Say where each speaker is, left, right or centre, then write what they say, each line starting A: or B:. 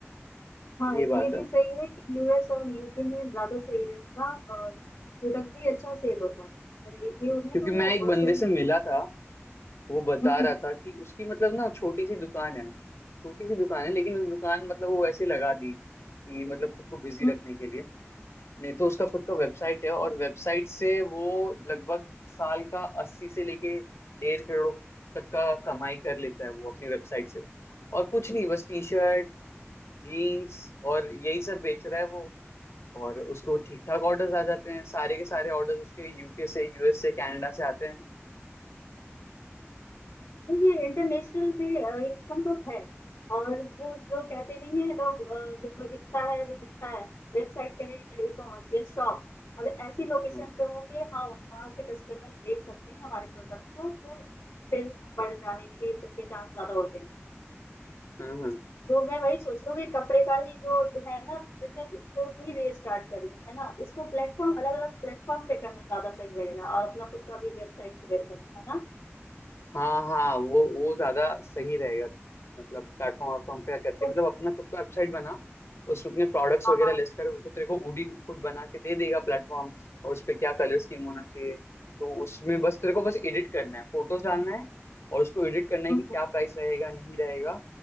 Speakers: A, on the left (about 80°); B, on the left (about 70°).
A: हाँ
B: ये बात
A: ये
B: है
A: भी सही है कि यूएस और यूके में ज्यादा सही रहेगा और प्रोडक्ट भी अच्छा सेल होता है अगर एक भी हो गया
B: क्योंकि
A: तो
B: मैं
A: वो
B: एक
A: होलसेल
B: बंदे से
A: में
B: मिला था वो बता
A: हम्म
B: रहा था कि उसकी मतलब ना छोटी सी दुकान है छोटी सी दुकान है लेकिन उस दुकान मतलब वो ऐसे लगा दी कि मतलब खुद को बिजी
A: हम्म।
B: रखने के लिए नहीं तो उसका खुद का वेबसाइट है और वेबसाइट से वो लगभग साल का अस्सी से लेके डेढ़ करोड़ तक का कमाई कर लेता है वो अपनी वेबसाइट से और कुछ नहीं बस टी शर्ट जीन्स और यही सब बेच रहा है वो और उसको ठीक ठाक ऑर्डर्स आ जाते हैं सारे के सारे ऑर्डर्स उसके यूके से यूएस से कनाडा से आते हैं
A: ये इंटरनेशनल भी इनकम तो है और वो जो कहते नहीं है लोग अ, जो दिखता है वो दिखता है वेबसाइट के लिए ई कॉमर्स या शॉप अगर ऐसी लोकेशन
B: हम्म
A: पे हो कि हाँ वहाँ से कस्टमर देख सकते हैं हमारे प्रोडक्ट को तो सेल बढ़ जाने के के चांस ज्यादा होते हैं
B: हम्म
A: तो मैं वही सोच रही हूँ कि कपड़े का ही जो है ना बिजनेस उसको भी रीस्टार्ट कर लूँ है ना इसको प्लेटफॉर्म अलग अलग प्लेटफॉर्म पे करना ज्यादा सही रहेगा और अपना खुद का भी वेबसाइट क्रिएट करना है ना
B: हाँ हाँ वो वो ज्यादा सही रहेगा मतलब प्लेटफॉर्म वाटफॉर्म पे करके
A: तो
B: मतलब अपना खुद का वेबसाइट बना उसमें अपने प्रोडक्ट्स
A: हाँ
B: वगैरह
A: हाँ
B: लिस्ट कर वो तो तेरे को ओडी खुद बना के दे देगा प्लेटफॉर्म और उस पे क्या कलर स्कीम होना चाहिए तो उसमें बस तेरे को बस एडिट करना है फोटोज डालना है और उसको एडिट करना है
A: हम्म,
B: कि क्या
A: हम्म,
B: प्राइस रहेगा नहीं रहेगा